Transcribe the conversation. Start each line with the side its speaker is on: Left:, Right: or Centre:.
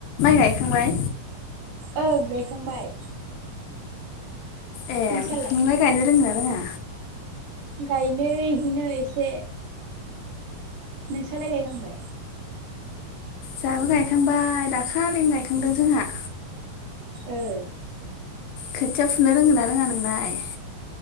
Left: गायखांबाय
Right: ओं गायखांबाय
Left: ए
Right: नोंसालाय
Left: नोंलाय गायनो रोङो ना रोङा?
Right: गायनो इदिनो एसे नोंसालाय गायखांबाय?
Left: जाहाबो गायखांबाय दाखालिनो गायखांदों जोंहा
Right: ए
Left: खोथिया फुनो रोङो ना रोङा नोंलाय?